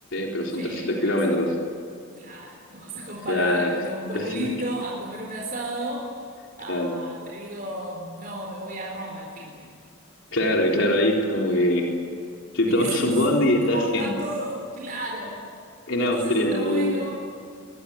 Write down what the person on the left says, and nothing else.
pero son
300
kilómetros.
O sea,
<laughs>
300 ki-
Claro,
claro, claro, ahí es como que te
tomas
un bondi y estás
en,
en
Austria,
en el...